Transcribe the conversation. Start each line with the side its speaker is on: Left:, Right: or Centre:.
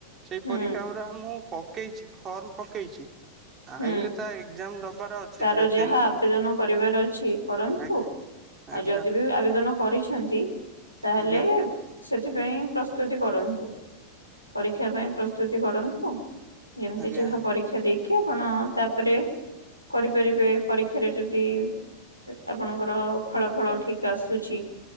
Right: ସେଇ
Left: ହୁଁ
Right: ପରୀକ୍ଷା ଗୁଡ଼ା ମୁଁ ପକେଇଛି ଫର୍ମ ପକେଇଛି। ଆଇଲେ
Left: ହୁଁ
Right: ତା ଏକ୍ଜାମ ଦବାର ଅଛି
Left: ତାର
Right: ଯେ
Left: ଯାହା
Right: ଦେଲି
Left: ଆବେଦନ କରିବାର ଅଛି କରନ୍ତୁ।
Right: ଆଜ୍ଞା ଆଜ୍ଞା
Left: ଆଉ ଯଦି ବି ଆବେଦନ କରିଛନ୍ତି ତାହେଲେ।
Right: ଆଜ୍ଞା
Left: ସେଥିପାଇଁ ପ୍ରସ୍ତୁତି କରନ୍ତୁ। ପରୀକ୍ଷା ପାଇଁ ପ୍ରସ୍ତୁତି କରନ୍ତୁ। ଯେମିତି
Right: ଆଜ୍ଞା
Left: ଯାହା ପରୀକ୍ଷା ଦେଇକି ଆପଣ ତାପରେ। କରିପାରିବେ ପରୀକ୍ଷାରେ ଯଦି। ଆପଣଙ୍କ ର ଫଳା ଫଳ ଠିକ ଆସୁଛି।